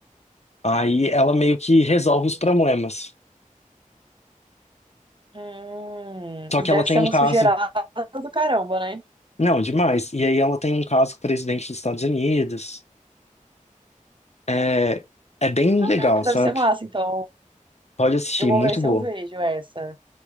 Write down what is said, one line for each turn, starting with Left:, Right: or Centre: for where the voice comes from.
Left: Aí ela meio que resolve
Right: Entendi.
Left: os problemas.
Right: Hum,
Left: Só
Right: e
Left: que
Right: deve
Left: ela tem
Right: ser
Left: um
Right: uma
Left: caso,
Right: sujeirada do caramba, né?
Left: não, demais, e aí ela tem um caso com o presidente dos Estados Unidos. É, é bem
Right: Caraca,
Left: legal, sabe?
Right: deve ser massa. Então,
Left: Pode assistir,
Right: eu vou
Left: muito
Right: ver se
Left: boa.
Right: eu vejo essa.